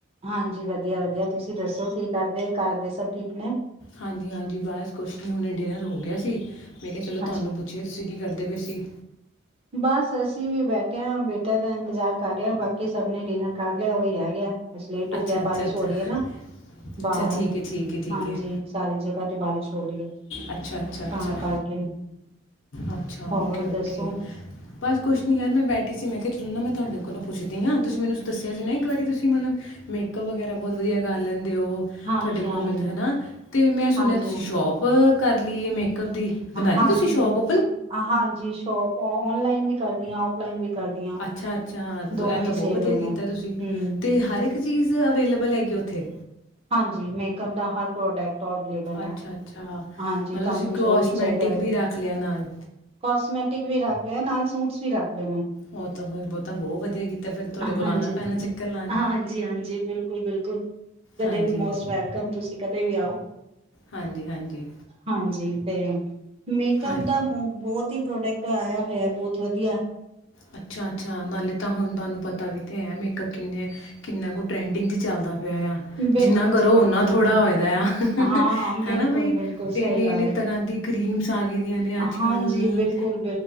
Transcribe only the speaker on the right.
ਹਾਂਜੀ ਵਧੀਆ ਵਧੀਆ, ਤੁਸੀਂ ਦੱਸੋ ਕੀ ਕਰਦੇ, ਘਰਦੇ ਸਭ ਠੀਕ ਨੇ?
ਅੱਛਾ
ਬਸ ਅਸੀਂ ਵੀ ਬੈਠੇ ਹਾਂ ਬੇਟਾ ਦਾ ਇੰਤਜ਼ਾਰ ਕਰ ਰਹੇ ਹਾਂ ਬਾਕੀ ਸਭ ਨੇ ਡਿਨਰ ਕਰ ਲਿਆ ਓਹੀ ਰਹਿ ਗਿਆ ਲੇਟ ਹੋ
ਗਿਆ
ਬਾਰਿਸ਼
ਹੋ ਰਹੀ ਹੈ ਨਾ,
ਬਾਹਰ,
ਹਾਂਜੀ
ਸਾਰੀ ਜਗ੍ਹਾ ਤੇ ਬਾਰਿਸ਼ ਹੋ ਰਹੀ ਹੈ
ਤਾਂ ਕਰਕੇ
ਹਾਂ
ਦੱਸੋ
ਹਾਂਜੀ
ਹਾਂਜੀ
ਹਾਂਜੀ
ਹਾਂਜੀ
ਹਾਂਜੀ
ਹਾਂਜੀ ਸ਼ੋਪ ਅਅ ਲ ਨ ਵੀ ਕਰਦੀ ਆ ਔਫਲਾਈਨ ਵੀ ਕਰਦੀ ਹਾਂ
ਦੋਨੋ
ਹੀ
ਸੇਲ
ਹੁੰਦੇ
ਹਮ
ਹਾਂਜੀ, ਮੇਕਅਪ ਦਾ ਹਰ ਪ੍ਰੋਡਕਟ ਅਵੇਲੇਬਲ ਹੈ।
ਹਾਂਜੀ
ਤਾਨੂੰ
ਜੋ ਵੀ ਚਾਈਦਾ ਹੋ,
ਕੋਸਮੈਟਿਕ ਵੀ ਰੱਖ ਲ ਨਾਲ ਸੂਟਸ ਵੀ ਰੱਖ ਲੇ ਨੇ।
ਹਾਂਜੀ,
ਹਾਂਜੀ, ਹਾਂਜੀ, ਬਿਲਕੁਲ ਬਿਲਕੁਲ, ਕਦੇ
ਵੀ ਮੋਸਟ ਵੈਲਕਮ, ਤੁਂ ਕਦੇ ਵੀ ਆਓ।
ਹਾਂਜੀ ਤੇ, ਮੇਕਅਪ
ਦਾ ਮੂਵ ਬੋਤ ਦੀ ਪੋ੍ਡਕਟ ਆਇਆ ਹੋਇਆ ਬਹੁਤ ਵਦੀਆ।
ਬਿਲਕੁਲ
ਜੀ ਬਿਲਕੁਲ
ਹਾਂ
ਹਾਂ ਬਿਲਕੁਲ
ਬਿਲਕੁਲ ਸਹੀ
ਗੱਲ
ਹੈ
ਹਾਂਜੀ
ਬਿਲਕੁਲ